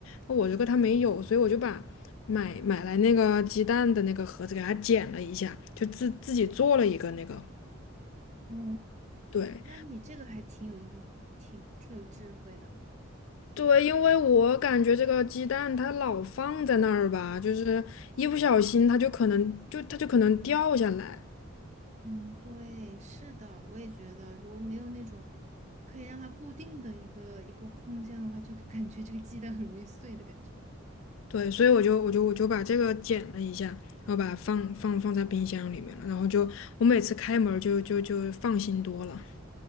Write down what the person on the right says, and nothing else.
嗯。
那你这个还挺有意挺挺有智慧的。
嗯，对，是的，我也觉得，如果没有那种可以让它固定的一个一个空间的话，就感觉这个鸡蛋很容易碎的感觉。